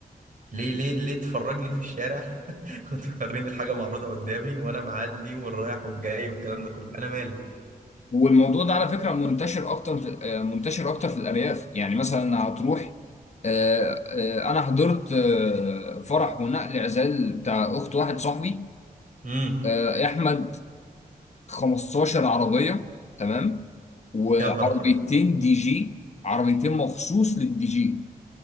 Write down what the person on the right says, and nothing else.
ليه ليه ليه تفرجني في الشارع <laughs> وتوريني الحاجه معروضه قدامي وانا معدي والرايح والجاي والكلام ده كله انا مالي
امم
يا نهار ابيض